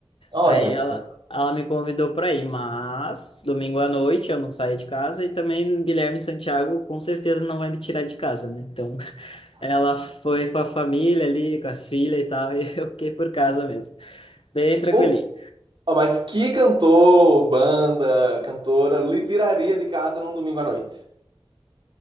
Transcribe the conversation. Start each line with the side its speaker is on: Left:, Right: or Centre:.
Right: Olha
Left: Aí
Right: só.
Left: ela, ela me convidou para ir, mas domingo à noite eu não saí de casa e também o Guilherme Santiago com certeza não vai me tirar de casa, né? Então, <laughs> ela foi com a família ali, com as filhas e tal, e <laughs> eu fiquei por casa mesmo. Bem tranquilo.
Right: Ô, ó, mas que cantor, banda, cantora lhe tiraria de casa num domingo à noite?